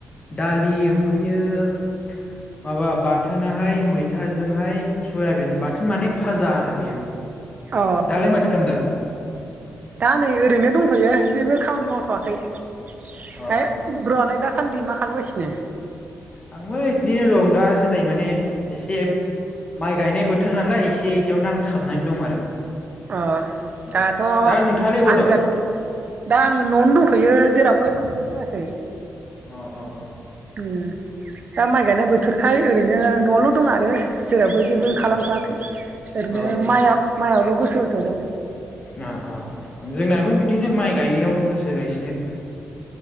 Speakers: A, on the left; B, on the right.
A: दालि ओमफ्रायो <inaudible> माबा बाथोनाहाय मैथाजोंहाय सयाबिन बाथोन माने फाजा आरो बेयो
B: अ
A: दालाय माथो खालामदों? <inaudible>
B: दा नै ओरैनो दंथ'यो जेबो खामानि मावथ'वाखै <unintelligible>
A: अ
B: ब्र आलायदा सान्दि मा खालामगासिनो?
A: आंबो बिदिनो दं दासानदै माने एसे माइ गायनाय बोथोर नालाय एसे बिदियावनो आं थाबनानै दं आरो
B: अ दाथ'
A: औ दा नोंथाङालाय अबाव
B: आनजादबोजोबथबाय
A: दं
B: दा आं न'आवनो दंथ'यो जेरावबो थांनाय जायाखै
A: अ अ अ
B: उ दा माइ गायनाय बोथोरखाय ओरैनो न'आवल' दं आरो जेरावबो जेबो
A: अ अ
B: खालामथ'वाखै ओरैनो
A: औ
B: माइ माइआवल' गोसो सु थदोंं
A: अ अ जोंनाबो बिदिनो माइ गायनायावल' गोसोगायसिनो उ